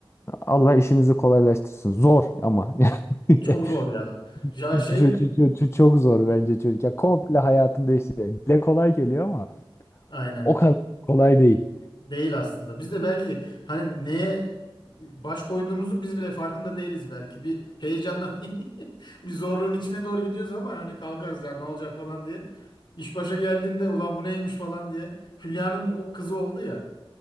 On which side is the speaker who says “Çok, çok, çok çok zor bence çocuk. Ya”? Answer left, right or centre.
Left